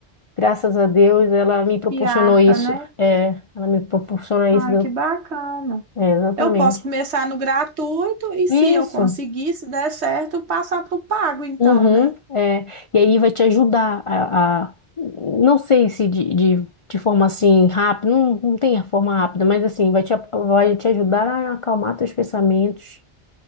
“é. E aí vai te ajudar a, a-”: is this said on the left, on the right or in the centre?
Left